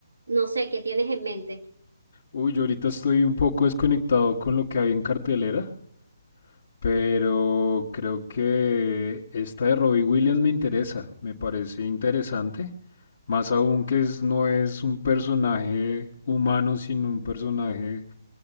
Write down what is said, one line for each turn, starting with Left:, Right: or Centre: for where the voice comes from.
Right: no sé, qué tienes en mente?
Left: Uy, yo ahorita estoy un poco desconectado con lo que hay en cartelera. Pero creo que esta de Robbie Williams me interesa, me parece interesante. Más aún que es- no es un personaje humano, sino un personaje,